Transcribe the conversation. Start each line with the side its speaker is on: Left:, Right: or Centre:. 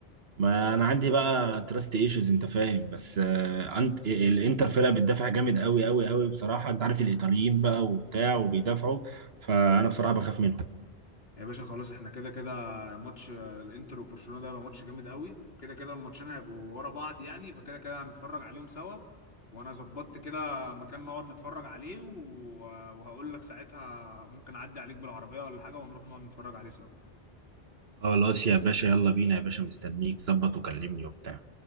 Right: ما انا عندي بقى تراست ايشوز انت فاهم بس آه، انت الانتر فرقه بتدافع جامد قوي قوي قوي بصراحه انت عارف الايطاليين بقى وبتاع وبيدافعوا فانا بصراحه بخاف منهم
Left: يا باشا خلاص احنا كده كده ماتش آه، الانتر وبرشلونة ده هيبقى ماتش جامد قوي كده كده الماتشين هيبقوا ورا بعض يعني فكده كده هنتفرج عليهم سوا وانا ظبطت كده مكان نقعد نتفرج عليه و- وهقول لك ساعتها ممكن اعدي عليك بالعربية ولا حاجة ونروح نقعد نتفرج عليه سوا
Right: خلاص يا باشا يلا بينا يا باشا مستنيك ظبط وكلمني وبتاع